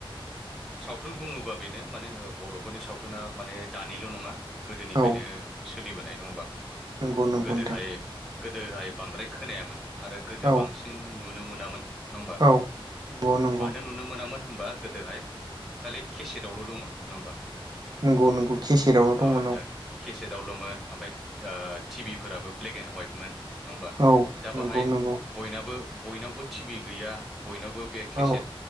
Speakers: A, in the centre; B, on the right.
A: सावथुन बुङोबा बेनो माने बर'फोरनि सावथुना माने दानिल' नङा गोदोनिफ्रायनो
B: औ
A: सोलिबोनाय नङा होमबा?
B: नंगौ नंगौ
A: गोदोहाय
B: नोंथां।
A: गोदोहाय बांद्राय खोनायामोन आरो गोदो
B: औ
A: बांसिन नुनो मोनामोन। नङा होमबा
B: औ नंगौ नंगौ
A: मानो नुनो मोनामोन होनबा गोदोहाय खालि केसेटआवल' दंमोन नङा होमबा?
B: नंगौ नंगौ केसेटआवल' दंमोन
A: औ दा केसेटआवल'मोन ओमफ्राय दा टिभिफोराबो ब्लेक एन्ड वाइटमोन। नङा होमबा
B: औ
A: दा
B: नंगौ
A: बाहाय
B: नंगौ
A: बयनाबो बयनावबो टिभि गैया बयनावबो बे केसेट
B: औ